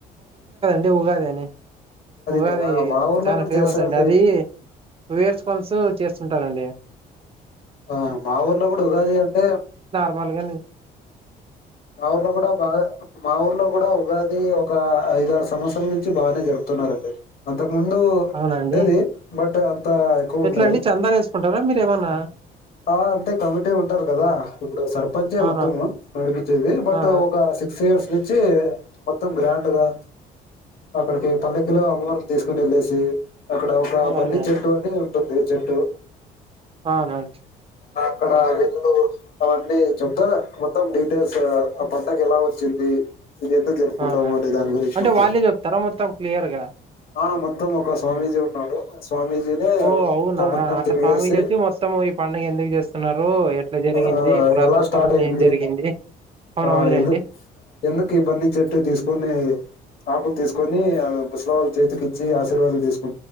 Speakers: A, on the right; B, on the left.
A: అంటే ఉగాది అని ఉగాది
B: నేనా మా ఊర్లో
A: చాలా
B: కూడా
A: ఫేమస్
B: చేస్తారండి
A: అండి అది వేర్స్ కొన్సు చేస్తుంటారండి
B: ఆ మా ఊర్లో కూడా ఉగాది అంటే
A: వాళ్ళు గానీ
B: మా ఊర్లో కూడా బాగా మా ఊర్లో కూడా ఉగాది ఒక ఐద ఆరు సంవత్సరాల నుంచి నుంచి బాగానే జరుపుతున్నారండి అంత ముందు
A: అవునండి
B: ఉండేది బట్ అంత ఎక్కువ
A: ఎట్లా
B: ఉండదు
A: అండి చందాలు వేసుకుంటారా మీరేమన్నా
B: ఆ అంటే కమిటీ ఉంటారు కదా ఇప్పుడు సర్పంచే
A: అవునా
B: మొత్తము నడిపి ది బట్
A: ఆ ఆ
B: ఒక సిక్స్ ఇయర్స్ నుంచి మొత్తం గ్రాండ్గా అక్కడికి పల్లెకిలో అమ్మవారిని తీసుకుని వెళ్ళేసి అక్కడ ఒక
A: అవునవునండి
B: బన్నీ చెట్టు అని ఉంటుంది చెట్టు
A: అవున
B: ఇక్కడ వీళ్లు అవన్నీ చెప్తాన మొత్తం అంటే స ఆ పందగ ఎలా వచ్చింది ఇది ఎందు జరుపుకుంటాము
A: ఆ ఆ!
B: అనే దాని గురించి
A: అంటే
B: మొత్తం
A: వాళ్ళే చెప్తారా మొత్తం క్లియర్ గా
B: ఆ మోత్త త్తం ఒక స్వామీజీ ఉన్నాడు స్వామీజీనే
A: ఓ
B: ఊరు
A: అవునా
B: మొత్తం
A: అట్లా
B: తిరిగేసి
A: స్వామీజీ వచ్చి మొత్తం ఈ పండుగ ఎందుకు చేస్తున్నారు ఎట్లా జరిగింది
B: ఆ
A: పురాతన
B: ఎలా స్టార్ట్
A: కాలంలో
B: అయింది
A: ఏం జరిగింది అవున
B: ఆ
A: అవునులేండి
B: ఎందు ఎందుకు బన్నీ చెట్టు తీసుకొని ఆకులు తీసుకొని అ ముసల వాళ్ళ చేతికి ఇచ్చి ఆశీర్వాదాలు తీసుకోనీ